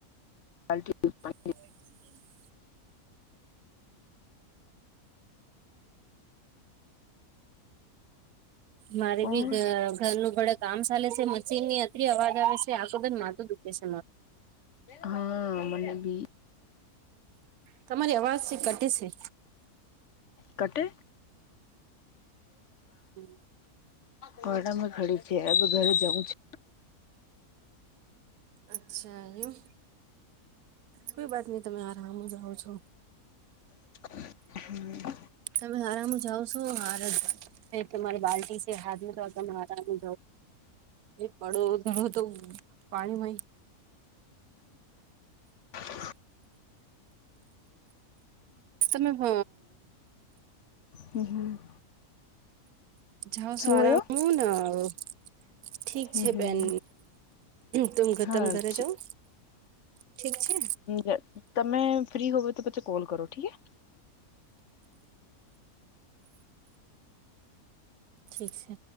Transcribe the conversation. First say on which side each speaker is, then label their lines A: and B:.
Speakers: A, on the left (about 55°); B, on the right (about 75°).
A: <inaudible>
B: એ. મારે
A: ઓર
B: બી ઘરનું બડે કામ ચાલે છે મશીન ની અતરી અવાજ આવે છે આખું બ મા. કેશ.
A: હા મને બી.
B: તમારી અવાજ છે કટી છે.
A: કટે.
B: હમ.
A: ઘડામાં ખડી છે ઘરે જવું છે.
B: અચ્છા એમ કોઈ વાત નઈ તમે આરામ જાઓ છો.
A: હમ.
B: તમે હરામાં જાઓ છો હાર જ તમારી બાલ્ટી છે હાથ તો તમે. જ એ પડોો તો પાણીમાંય.
A: હ.
B: તમે હ.
A: હમ હમ.
B: જાાવ છો
A: શું
B: આરામન.
A: હોયો
B: ઠીક
A: હમ
B: છે
A: હમ
B: બેન તમ ગતમ
A: હા
B: ઘરે
A: ઠીક
B: જાવ. ઠીક છે.
A: હ તમે ફ્રી હોવે તો પછો કોલ કરો ઠીકે.
B: ઠીક છે.